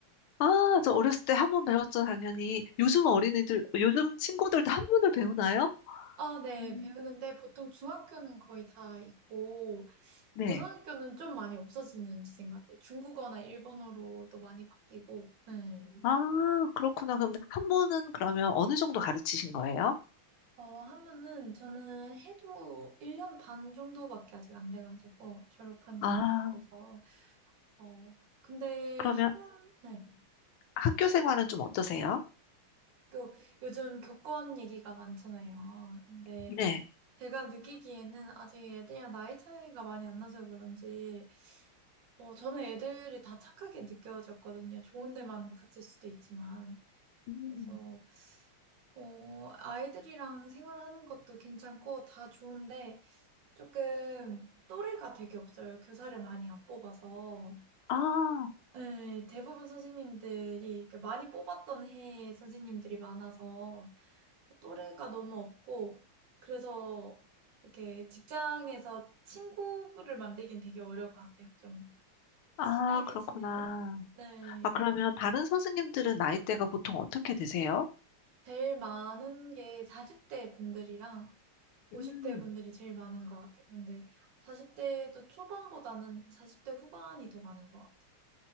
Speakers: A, on the left; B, on the right.
A: 아, 저 어렸을 때 한 번 배웠죠, 당연히. 요즘 어린이들, 요즘 친구들도 한문을 배우나요?
B: 아, 네.
A: 음,
B: 배우는데 보통 중학교는 거의 다 있고,
A: 네.
B: 고등학교는 좀 많이 없어지는 추세인 것 같아요. 중국어나 일본어로도 많이 바뀌고, 네.
A: 아, 그렇구나. 그럼 한문은 그러면 어느 정도 가르치신 거예요?
B: 어, 하면은 저는 해도 1년 반 정도밖에 아직 안 돼가지고 졸업한 지
A: 아,
B: 얼마 안 돼서 어, 근데
A: 그러면
B: 하는 네.
A: 학교 생활은 좀 어떠세요?
B: 또 요즘 교권 얘기가 많잖아요. 근데
A: 네.
B: 제가 느끼기에는 아직 애들이랑 나이 차이가 많이 안 나서 그런지 어, 저는 애들이 다 착하게 느껴졌거든요. 좋은 데만 갔을 수도 있지만
A: 음.
B: 그래서 어, 아이들이랑 생활하는 것도 괜찮고 다 좋은데 조금 또래가 되게 없어요. 교사를 많이 안 뽑아서.
A: 아,
B: 네, 대부분 선생님들이 이렇게 많이 뽑았던 해 선생님들이 많아서 또래가 너무 없고 그래서 이렇게 직장에서 친구를 만들긴 되게 어려울 것 같아요. 좀
A: 아,
B: 친하게
A: 그렇구나.
B: 지내는? 네.
A: 아, 그러면 다른 선생님들은 나이대가 보통 어떻게 되세요?
B: 제일 많은 게 40대 분들이랑 50대
A: 음.
B: 분들이 제일 많은 것 같아요. 근데 40대도 초반보다는 40대 후반이 더 많은 것 같아요.